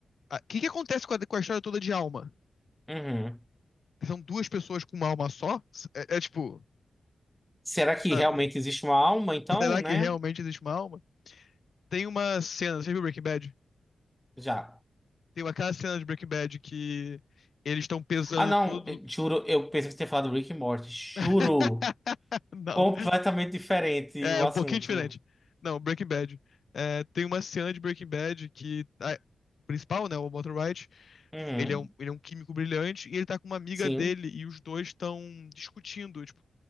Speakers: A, on the left; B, in the centre.
A: Ah, O que que acontece com a, com a história toda de alma?
B: Uhum.
A: São duas pessoas com uma alma só? É, é tipo,
B: Será que
A: sabe?
B: realmente existe uma alma, então,
A: Será que
B: né?
A: realmente existe uma alma? Tem uma cena, você viu Breaking Bad?
B: Já.
A: Tem aquela cena de Breaking Bad que eles estão pesando
B: Ah, não,
A: todo.
B: eh, juro, eu pensei que você tinha falado Rick e Morty. Juro.
A: <laughs> Não.
B: Completamente diferente
A: É,
B: o
A: um
B: assunto.
A: pouquinho diferente. Não, Breaking Bad. É, tem uma cena de Breaking Bad que a- o principal, né, o Walter White,
B: Uhum.
A: ele é um, ele é um químico brilhante e ele tá com uma amiga
B: Sim.
A: dele e os dois estão discutindo, tipo,